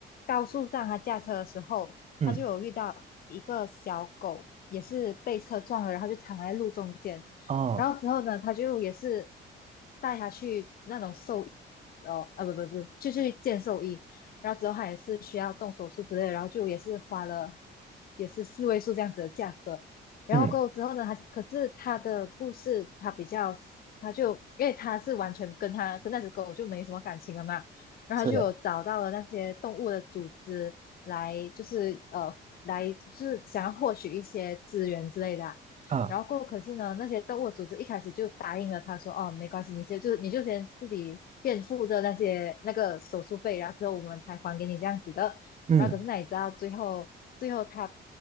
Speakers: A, on the left (about 50°); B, on the right (about 35°).
A: 高速上，他驾车的时候，
B: 嗯
A: 他就有遇到一个小狗，也是被车撞了，然后就躺在路中间，
B: 哦
A: 然后之后呢，他就也是带他去那种兽医哦，啊不不不，就去见兽医，然后之后他也是需要动手术之类的，然后就也是花了也是四位数这样子的价格。然后过后之后呢，
B: 嗯
A: 他可是他的故事，他比较，他就因为他是完全跟他跟那只狗就没什么感情了嘛，然后他就有找到了那些动物的组织来，
B: 是的
A: 就是呃，来就是想要获取一些资源之类的啊
B: 啊
A: 然后过后可是呢，那些动物组织一开始就答应了他说，哦，没关系，你先就是你就先自己垫付着那些那个手术费，然后之后我们才还给你这样子的。
B: 嗯
A: 然后可是那你知道最后最后他